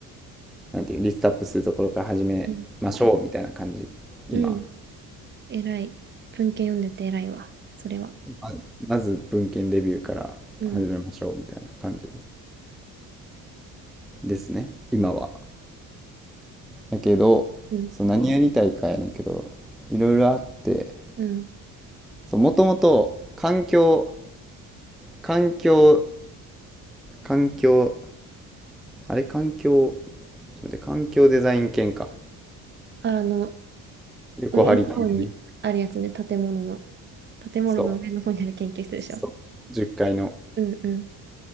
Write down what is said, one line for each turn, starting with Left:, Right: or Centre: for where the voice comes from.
Centre: なんていうリストアップするところから始めましょうみたいな感じ今
Right: うん、うん。偉い。文献読んでて偉いわ。それは。
Centre: ままず文献レビューから始めましょうみたいな感じ
Right: うん、
Centre: ですね今はやけどそう何やりたいかやねんけどいろいろあって
Right: うん、うん。
Centre: もともと環境環境環境あれ、環境、ちょっと待って、環境デザイン研か。
Right: あの、
Centre: 横張り系ね。
Right: 上の方にあるやつね。建物の。建物の上の方にある研究室でしょ。
Centre: そう。そう。10階の。
Right: うん、うん、